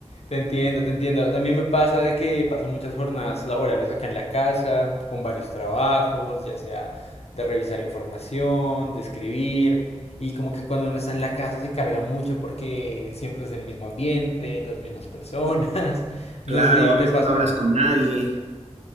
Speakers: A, on the left (about 65°); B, on the right (about 75°).
A: te entiendo, te entiendo. También me pasa de que pasan muchas jornadas laborales acá en la casa, con varios trabajos, ya sea de revisar información, de escribir, y como que cuando uno está en la casa se carga mucho porque siempre es el mismo ambiente, las mismas personas. <laughs> No
B: claro,
A: sé si
B: a veces
A: te pasa.
B: no hablas con nadie,